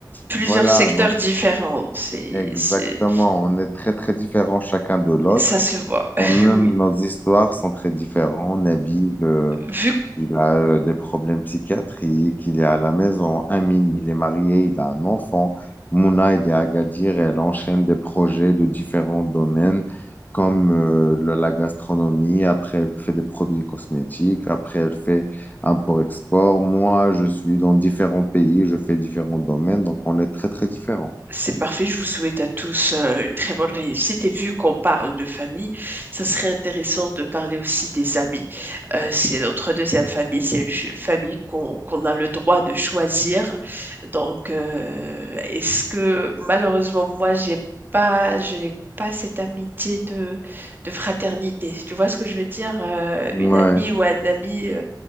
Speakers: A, on the right; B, on the left.
A: plusieurs
B: voilà,
A: secteurs
B: donc
A: différents, c'est
B: Exactement,
A: c'est
B: on est très très différents chacun de l'autre
A: ça se voit. <laughs>
B: et même
A: Oui.
B: nos histoires sont très différentes. Nabil, euh,
A: Vu
B: il a euh, des problèmes psychiatriques, il est à la maison. Amine, il est marié, il a un enfant. Mouna, il est à Agadir, elle enchaîne des projets de différents domaines comme euh, le- la gastronomie, après elle fait des produits cosmétiques, après elle fait import-export. Moi, je suis dans différents pays, je fais différents domaines, donc on est très très différents.
A: C'est parfait, je vous souhaite à tous euh, une très bonne réussite. Et vu qu'on parle de famille, ça serait intéressant de parler aussi des amis. Euh, c'est notre deuxième famille, c'est une ch- famille qu'on qu'on a le droit de choisir. Donc, euh, est-ce que malheureusement, moi, j'ai pas, je n'ai pas cette amitié de, de fraternité. Tu vois ce que je veux dire? Euh,
B: Ouais.
A: une amie ou un ami, euh,